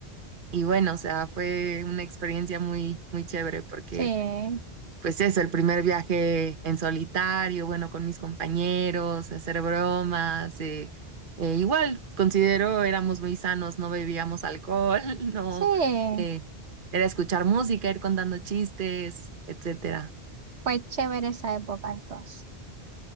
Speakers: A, on the right; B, on the right.
A: Y bueno, o sea, fue una experiencia muy, muy chévere porque
B: Sí,
A: pues eso, el primer viaje en solitario, bueno, con mis compañeros, hacer bromas, eh, eh, igual, considero éramos muy sanos, no bebíamos alcohol, <laughs> no,
B: sí,
A: eh, era escuchar música, ir contando chistes, etcétera.
B: fue chévere esa época entonces.